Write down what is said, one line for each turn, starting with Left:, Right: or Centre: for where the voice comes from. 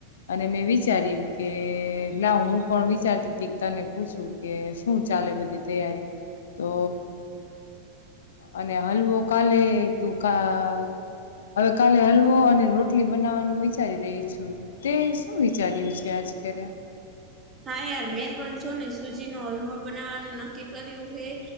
Left: અને મેં વિચાર્યું કે લા હું પણ વિચારતી હતી કે તને પૂછું કે શું છ. ચાલે બધી તૈયારી. તો અને હલવો કાલે તું કા હવે કાલે હલવો અને રોટલી બનાવવાનું વિચારી રહી છું. તે શું વિચાર્યું છે આજ અત્યારે.
Right: હા યાર મેં પણ જો ને સુજી નો હલવો બનાવવાનું નક્કી કર્યું હે